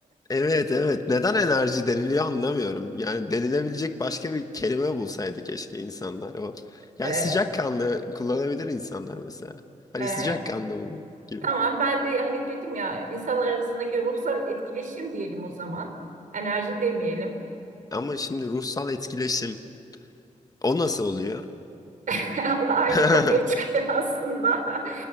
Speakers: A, on the left (about 25°); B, on the right (about 75°).
A: Evet evet. Neden enerji deniliyor anlamıyorum. Yani denilebilecek başka bir kelime bulsaydı keşke insanlar o. Yani
B: E,
A: sıcakkanlı kullanabilir insanlar mesela. Hani
B: e,
A: sıcakkanlı olun gibi.
B: Tamam ben de hani dedim ya insanlar arasındaki ruhsal etkileşim diyelim o zaman. Enerji demeyelim.
A: Ama şimdi ruhsal etkileşim o nasıl oluyor?
B: <laughs> O da aynı
A: <laughs>
B: kapıya çıkıyor aslında. <laughs>